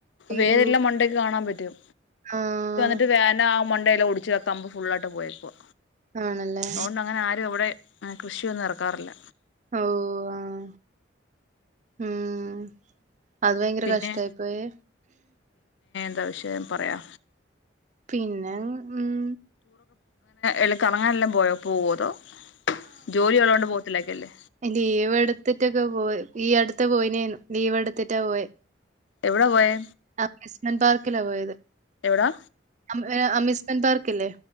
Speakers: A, on the right (about 40°); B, on the left (about 70°).
A: അയ്യോ
B: വേരെല്ലാം മണ്ടയ്ക്ക് കാണാൻ പറ്റും.
A: ആഹ്
B: അത് <unintelligible> മണ്ടയെല്ലാം ഒടിച്ച് കള കമ്പ് ഫുള്ളായിട്ട് പോയേക്കുവാ.
A: ആണല്ലേ
B: അതുകൊണ്ടങ്ങനെ ആരു എവടേം ആഹ് കൃഷിയൊന്നും എറക്കാറില്ല.
A: ഓഹ് ആഹ് ഉം അത് ഭയങ്കര
B: പിന്നെ
A: കഷ്ട്ടായിപോയെ.
B: ന്നാ വിഷയം പറയാ
A: പിന്നെ ഉം
B: എല കറങ്ങാനെല്ലാം പോയൊ പോവതോ ജോലി ഉള്ളോണ്ട് പോവത്തില്ലാക്കല്ലെ
A: ലീവെടുതിട്ടൊക്കെ പോയി ഈ അടുത്ത് പോയിന് ലീവെടുത്തിട്ടാ പോയെ
B: എവിടാ പോയേ
A: അമിസ്മെന്റ് പാർക്കിലാ പോയത്
B: എവിടാ
A: അമി ഏ അമിസ് എന്താർക്കില്ലേ